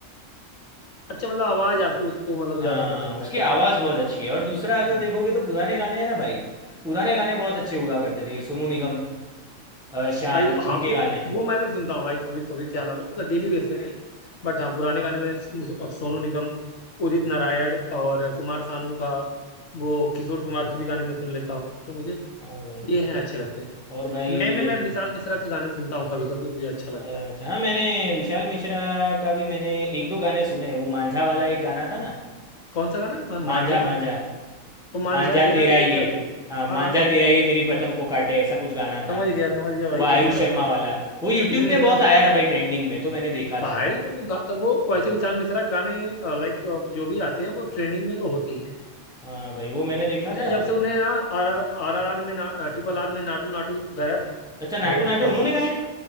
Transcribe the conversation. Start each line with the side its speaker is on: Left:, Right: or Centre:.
Left: अच्छा मतलब आवाज आपकी उसको मतलब ज्यादा
Centre: हाँ
Left: पसंद
Centre: उसकी
Left: है
Centre: आवाज़ बहुत अच्छी है और दूसरा अगर
Left: हम्म
Centre: देखोगे तो पुराने गाने हैं ना भाई पुराने गाने बहुत अच्छे हुआ करते थे ये सोनू निगम अ, शान
Left: भाई मतलब
Centre: उनके
Left: हाँ वो
Centre: गाने
Left: वो मैं भी सुनता हूँ भाई कभी कभी क्या नाम है मतलब डेली बेस पे नहीं बट हाँ पुराने गाने में सो- सोनू निगम उदित नारायण और कुमार सानू का वो किशोर कुमार के भी गाने मैं सुन लेता हूँ तो मुझे
Centre: हाँ भाई
Left: ये हैं अच्छे लगते
Centre: और
Left: हैं
Centre: भाई ये
Left: नए में मैं विशाल मिश्रा के गाने सुनता हूँ कभी कभी मुझे अच्छा लगता
Centre: अ, अच्छा
Left: है
Centre: हाँ मैंने विशाल मिश्रा का भी मैंने एक दो गाने सुने हैं वो मांझा वाला एक गाना था ना
Left: कौन सा गाना मा-
Centre: मांझा
Left: मांझा
Centre: मांझा
Left: वो मांझा
Centre: मांझा
Left: तेरा
Centre: तेरा
Left: करके
Centre: ये
Left: क्या जो
Centre: हाँ मांझा
Left: हाँ हाँ समझ
Centre: तेरा
Left: गया
Centre: ये मेरी पतंग को काटे ऐसा कुछ गाना था
Left: समझ गया समझ गया भाई
Centre: वो आयुष
Left: बढ़िया लगता
Centre: शर्मा
Left: है
Centre: वाला वो
Left: हम्म
Centre: यूट्यूब पे
Left: हम्म।
Centre: बहुत
Left: हम्म।
Centre: आया था भाई ट्रेंडिंग में तो मैंने देखा
Left: भाई
Centre: था
Left: तो वो गा- वो वैसे विशाल मिश्रा के गाने लाइक जो भी आते हैं वो ट्रेनिंग में तो होती है
Centre: हाँ भाई वो मैंने देखा
Left: अरे
Centre: था
Left: जब से उन्हें ना आर आर आर में ना ट्रिपल आर में नाटू नाटू गाया था ना
Centre: अच्छा
Left: वो
Centre: नाटू नाटू
Left: तब
Centre: उन्होंने
Left: से
Centre: गाया